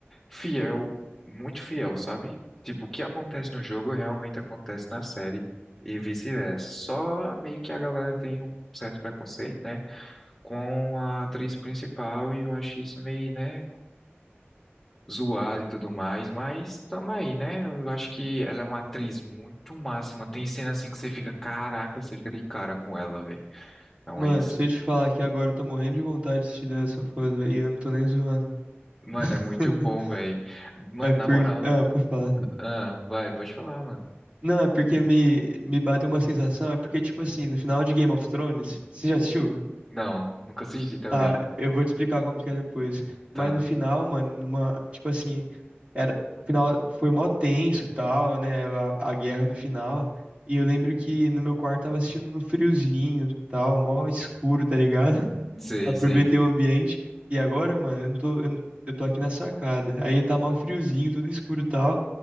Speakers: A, in the centre; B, on the right.
A: fiel, muito fiel, sabe? Tipo, o que acontece no jogo realmente acontece na série e vice-versa. Só meio que a galera tem um certo preconceito, né? com a atriz principal e eu acho isso meio, né, zoado e tudo mais, mas tamo aí, né? Eu acho que ela é uma atriz muito massa, mano. Tem cena assim que você fica, caraca, você fica de cara com ela, velho. É uma...
B: Mano,
A: ins-
B: se eu te falar que agora eu tô morrendo de vontade de assistir The Last of Us, velho, e eu não tô nem zoando.
A: Mano,
B: <laughs>
A: é muito bom, velho. Mano,
B: É porque.
A: na moral.
B: Ah, pra falar.
A: Ah, vai, pode falar, mano.
B: Não, é porque me, me bateu uma sensação. É porque, tipo assim, no final de Game of Thrones. Você já assistiu?
A: Não, nunca assisti também.
B: Tá, eu vou te explicar como que é depois.
A: Tá,
B: Mas no final, mano, numa, tipo assim, era, o final foi mó tenso, tal, né? A, a guerra do final. E eu lembro que no meu quarto tava assistindo no friozinho, tal, mó escuro, tá ligado? <laughs>
A: sei,
B: Aproveitei
A: sei.
B: o ambiente. E agora, mano, eu não tô, eu, não- eu tô aqui na sacada. Aí tá mó friozinho, tudo escuro, tal.